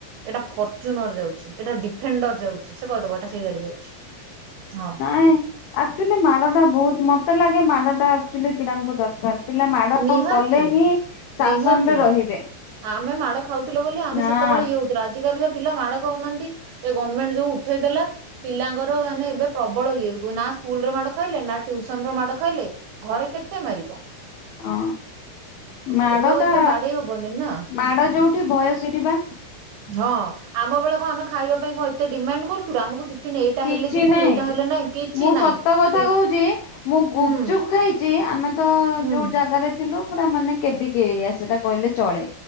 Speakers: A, on the right (about 70°); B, on the left (about 85°).
A: ଏଇଟା ଫର୍ଚୁନର ଯାଉଛି ଏଇଟା ଡିଫେଣ୍ଡର ଯାଉଛି ସେ କହିଦବ ଏଇଟା ସେଇ ଗାଡି ଯାଉଛି। ହଁ
B: ନାଇଁ ଆକ୍ଚୁଆଲି ମାଡ ଟା ବହୁତ ମତେ ଲାଗେ ମାଡ ଟା ଆକ୍ଚୁଆଲି ପିଲାଙ୍କୁ ଦରକାର। ପିଲା ମାଡ
A: ନିହାତି
B: କଲେ ହିଁ ଶାସନରେ
A: ନିହାତି
B: ରହିବେ।
A: ଆମେ ମାଡ଼ ଖାଉଥିଲୁ ବୋଲି ଆମେ
B: ହଁ
A: ସେତେବେଳେ ଇଏ ହଉଥିଲୁ ଆଜିିକାଲିକା ପିଲା ମାଡ ଖାଉନାହାନ୍ତି ଏ ଗମେଣ୍ଟ ଯୋଉ ଉଠେଇଦଲା ପିଲାଙ୍କର ମାନେ ଏବେ ପ୍ରବଳ ଇଏ ନା ସ୍କୁଲରେ ମାଡ ଖାଇଲେ ଟ୍ୟୁସନ ମାଡ ଖାଇଲେ ଘରେ କେତେ ମାରିବ।
B: ହଁ।
A: ଘରେ
B: ମାଡ
A: ବି ଆଉ
B: ଟା
A: ଏତେ ବାଡେଇ ହବନି ନା
B: ମାଡ ଯୋଉଠି ଭୟ ସେଠି ପା।
A: ହଁ ଆମ ବେଳେ କଣ ଆମେ ଖାଇବା ପାଇଁ କ ଏତେ ଡିମାଣ୍ଡ କରୁଥୁଲୁ। ଆମକୁ ଟିଫିନ ଏଇଟା
B: କିଛି
A: ହେଲେ ଯିବୁନି
B: ନାହିଁ
A: ଏଇଟା ହେଲେ ନାଇଁ କିଛି
B: ମୁଁ
A: ନାଇଁ
B: ସତ କଥା
A: ଟି
B: କହୁଛି ମୁଁ ଗୁପଚୁପ
A: ହୁଁ
B: ଖାଇଛି ଆମେ ତ
A: ହୁଁ
B: ଯୋଉ ଜାଗାରେ ଥିଲୁ ପୁରା ମାନେ କେ ବି କେ ଏରିଆ ସେଟା କହିଲେ ଚଳେ।